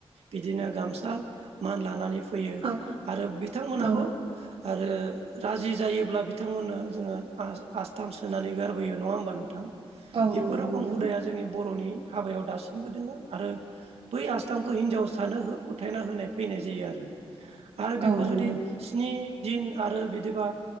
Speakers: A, on the right; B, on the right.
A: बिदिनो गामसा मान लानानै फैयो
B: औ
A: आरो बिथांमोनाबो
B: औ
A: आरो राजि जायोब्ला बिथांमोननो जोङो आस्थाम सोनानै गारबोयो नंङा होमबा नोंथां
B: औ
A: बेफोर
B: नंगौ
A: रोखम
B: नोंथां
A: हुदाया जोंनि बर'नि हाबायाव दासिमबो दोङो आरो बै आसथामखौ हिनजाव सानो गथायना होनाय फैनाय जायो आरो आरो बेखौ
B: औ नंगौ
A: जुदि स्नि दिन आरो बिदिबा